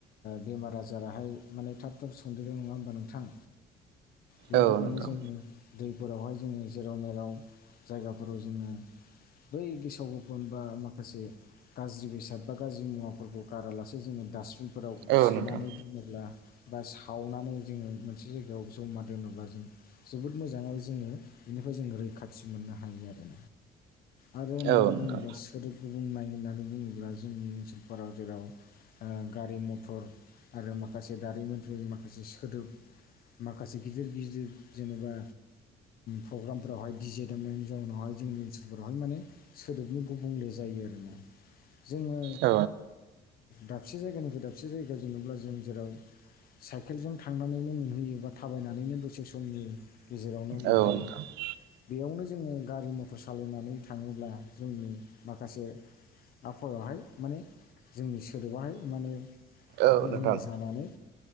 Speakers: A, on the left (about 60°); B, on the right (about 85°).
A: बेमार आजाराहाय माने थाब थाब संन्देरो नङा होमबा नों गोथां बेनि
B: औ
A: थाखायनो
B: नोंथां
A: जोङो दैफोरावहाय जोङो जेराव मेलाव जायगाफोराव जोङो बै गेसाव गोफन बा माखासे गाज्रि बेसाद बा गाज्रि मुवाफोरखौ गारासे जोङो डास्टबिन फोराव
B: औ
A: सोनानै
B: नोंथां
A: दोनोब्ला बा सावनानै जोङो मोनसे जायगायाव जमा दोनोब्ला जों जोबोद मोजां आरो जोङो बेनिफ्राय जों रैखाथि मोननो हायो आरो। आरो होननानै
B: औ नोंथां औ नोंथां
A: बुङोब्ला सोदोब गुबुं नाय होननानै बुङोब्ला जोंनि ओनसोलफोराव जेराव गारि मथर आरो माखासे दारिमिनफोरनि माखासे दोब माखासे गिदिर गिदिर जेनेबा प्रग्रामफोरावहाय बिजेदोंमोन जउनावहाय जोंनि ओनसोलफोरावहाय माने सोदोबनि गुबुंले जायो आरोना जोङो
B: औ
A: दाबसे जायगानिफ्राय दाबसे जायगायाव जेननोब्ला जों जेराव साइकेलजों थांनानैनो मोनहैयो बा थाबायनानैनो बोसे समनि गेजेरावनो मोनहैयो
B: नोंथां औ नोंथां
A: बेयावनो जोङो गारि मथर सालायनानै थाङोब्ला जोंनि माखासे आफावहाय माने जोंनि सोदोबाहाय माने
B: औ
A: गुबुंले
B: नोंथां
A: जानानै